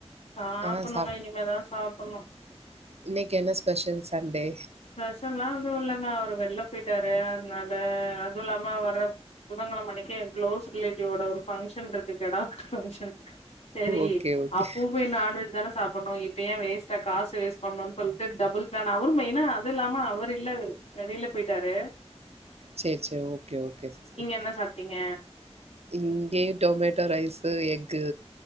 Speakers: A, on the left; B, on the right.
A: சாப்புட்ணுங்க
B: ஆ சாப்
A: இனிமேதா சாப்புட்ணு
B: இன்னைக்கு என்ன ஸ்பெஷல் சண்டே?
A: ஸ்பெஷல்லா எதுவு இல்லங்க அவரு வெல்ல போயிட்டாரு அதனால அது இல்லாம வர்ர புதங்கெளம அன்னைக்கு என் க்ளோஸ் ரிலேட்டிவ்ஸ்வோட ஒரு ஃபங்க்ஷன் இருக்கு கெடா வெட்டு பங்க்ஷன் செரி
B: ஓகே, ஓகே.
A: அப்ப போய் நான் வஜ் தானே சாப்ப பண்ணு இப்ப ஏ வேஸ்டா காசு வேஸ்ட் பண்ணுனு சொல்லிட்டு டபுள் பிளான்னாவு மெ ன்னா அது இல்லாம அவர் இல்ல வெளில போய்ட்டாரு
B: sir sir okay okay sister
A: என்ன சாப்ட்டீங்க
B: இங்கே டொமேட் ட்டோ ரைசு எஃகு